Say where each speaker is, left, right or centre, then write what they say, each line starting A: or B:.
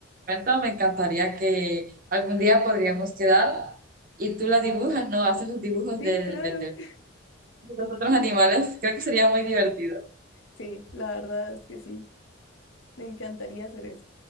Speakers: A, on the right; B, on the left.
A: cuento, me encantaría que algún día podríamos quedar y tú la dibujas, ¿no? Haces los dibujos
B: Sí,
A: del,
B: claro.
A: del- de
B: <laughs>
A: los otros animales. Creo que sería muy divertido.
B: Sí, la verdad es que sí. Me encantaría hacer eso.